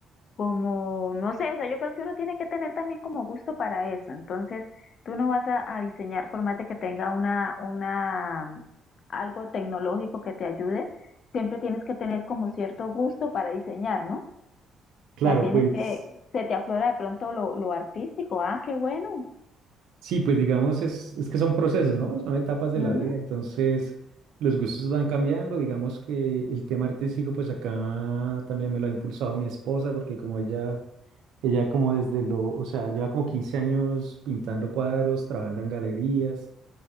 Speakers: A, on the left (about 55°); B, on the right (about 80°).
A: como, no sé, o sea, yo creo que uno tiene que tener también como gusto para eso. Entonces, tú no vas a, a diseñar por más de que tenga una, una, algo tecnológico que te ayude, siempre tienes que tener como cierto gusto para diseñar, ¿no? O
B: Claro,
A: sea, tienes
B: pues
A: que, se te aflora de pronto lo, lo artístico. Ah, qué bueno.
B: sí, pues digamos, es, es que son procesos, ¿no? Son etapas de
A: Ujú,
B: la vida. Entonces, los gustos van cambiando. Digamos que el tema artístico, pues acá también me lo ha impulsado mi esposa, porque como ella, ella como desde lo, o sea, lleva como 15 años pintando cuadros, trabajando en galerías.